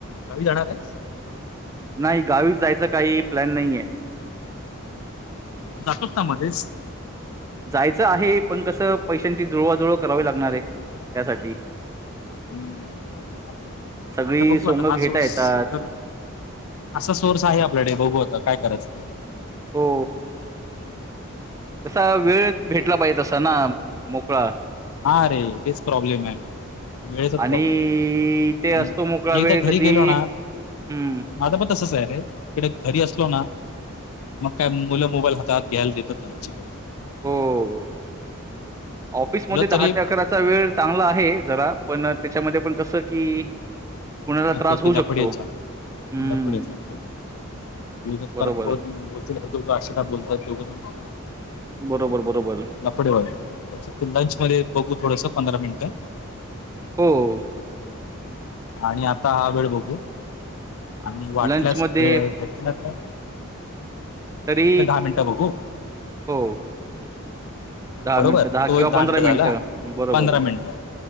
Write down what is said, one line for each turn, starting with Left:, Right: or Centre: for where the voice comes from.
Left: गावी जाणार आहे
Right: नाही गावीस जायचं काही प्लॅन नाहीय
Left: जातोच ना मध्येच
Right: जायचं आहे पण कसं पैशांची जुळवाजुळव करावी लागणार आहे त्यासाठी
Left: हम्म
Right: सगळी
Left: आता बघू
Right: सोंग
Left: आता हा
Right: घेता
Left: सोर्स
Right: येतात
Left: तर असा सोर्स आहे आपल्याकडे बघू आता काय करायचं
Right: हो कसा वेळ भेटला पाहिजे तसा ना मोकळा
Left: हा ररे तेच प्रॉब्लेम आहे म वेळेचाच
Right: आणि
Left: प्रॉब्लेम आहे
Right: ते
Left: आणि
Right: असतो मोकळा
Left: मी एकदा
Right: वेळ
Left: घरी
Right: कधी
Left: गेलो ना
Right: हं,
Left: माझं पण तसच आहे रे इकडे घरी असलो ना मग काय मुलं मोबाईल हातात घ्यायला देतात त्यांचीकडे
Right: हो. ऑफिसमध्ये दहा
Left: तरी
Right: ते अकराचा वेळ चांगला आहे जरा पण त्याच्यामध्ये पण कसं की कुणाला
Left: नको
Right: त्रास
Left: ति
Right: होऊ शकतो.
Left: लफडेत जा
Right: हं,
Left: लपोड लपोड मु
Right: बरोबर,
Left: परत बोलतील दोघं आशि का बोलतात दोघं
Right: बरोबर, बरोबर.
Left: लपडेवा त्याच्यात लंच मध्ये बघू थोडस पंधरा मिनिट <unintelligible>
Right: होम्
Left: आणि आता हा वेळ बघू आणि वाटल्यास
Right: लंचमध्ये
Left: वेळ भेटल्या का
Right: तरी
Left: मिनटं बघू
Right: हो
Left: बरोबर
Right: मिनिटं
Left: तो
Right: किंवा
Left: एक दहा मिनिटं झाला
Right: बरोबर.
Left: पंधरा मिनट